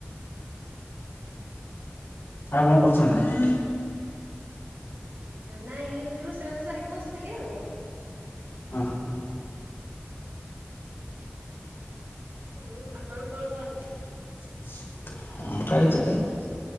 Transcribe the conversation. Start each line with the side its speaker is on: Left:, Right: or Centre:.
Left: ଆଉ କଣ କରୁଚନ୍ତି?
Right: ନାଇଁ ଏମିତି ରୋଷେଇ ବାସ ସାରିକି ବସିଥିଲି ଆଉ।
Left: ଓ ହ।
Right: ହଉ ଆପଣ କଣ କରନ୍ତି?
Left: <unintelligible> ହଁ ଗାଡ଼ିିଚଲାଏ।